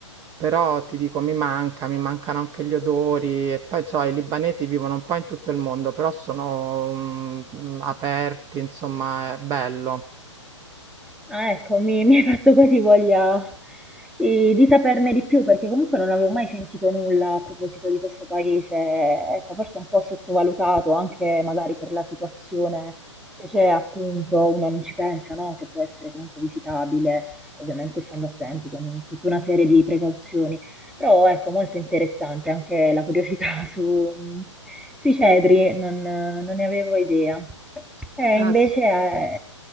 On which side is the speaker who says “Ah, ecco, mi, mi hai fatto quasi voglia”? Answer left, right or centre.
Centre